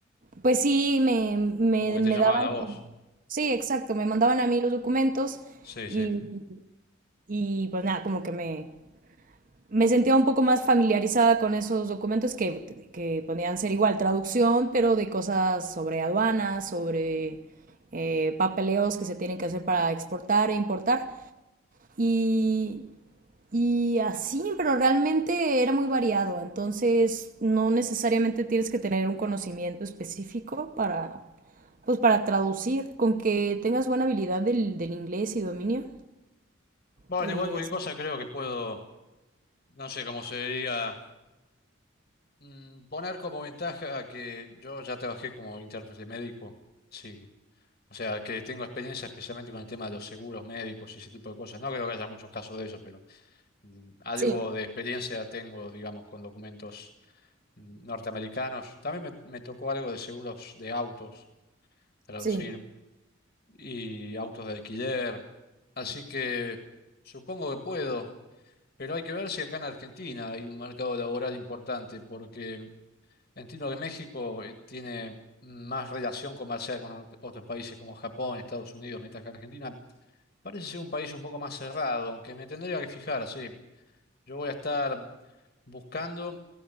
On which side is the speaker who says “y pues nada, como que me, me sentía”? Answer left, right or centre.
Right